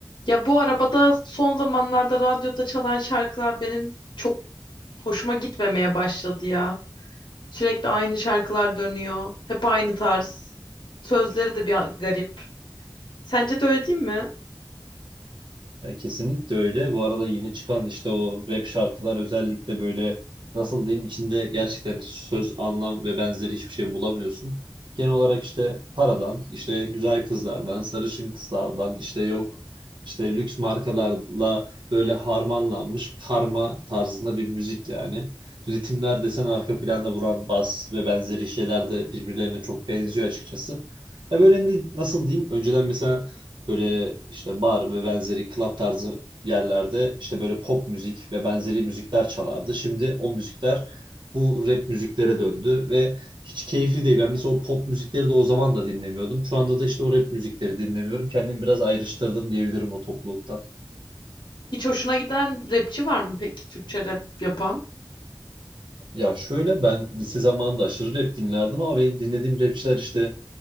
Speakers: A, on the left; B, on the right.
A: Ya bu arabada son zamanlarda radyoda çalan şarkılar benim çok hoşuma gitmemeye başladı ya. Sürekli aynı şarkılar dönüyor. Hep aynı tarz. Sözleri de bir garip. Sence de öyle değil mi?
B: Ya kesinlikle öyle. Bu arada yeni çıkan işte o rap şarkılar özellikle böyle nasıl diyeyim içinde gerçekten hiç söz, anlam ve benzeri hiçbir şey bulamıyorsun. Genel olarak işte paradan, işte güzel kızlardan, sarışın kızlardan, işte yok işte lüks markalarla böyle harmanlanmış karma tarzında bir müzik yani. Ritimler desen arka planda vuran bas ve benzeri şeyler de birbirlerine çok benziyor açıkçası. Ya böyle ne- nasıl diyeyim? Önceden mesela Böyle işte bar ve benzeri club tarzı yerlerde işte böyle pop müzik ve benzeri müzikler çalardı. Şimdi o müzikler bu rap müziklere döndü ve hiç keyifli değil. Ben mesela o pop müzikleri de o zaman da dinlemiyordum. Şu anda da işte o rap müzikleri dinlemiyorum. Kendimi biraz ayrıştırdım diyebilirim o topluluktan.
A: Hiç hoşuna giden rapçi var mı peki Türkçe rap yapan?
B: Ya şöyle ben lise zamanında aşırı rap dinlerdim ama benim dinlediğim rapçiler işte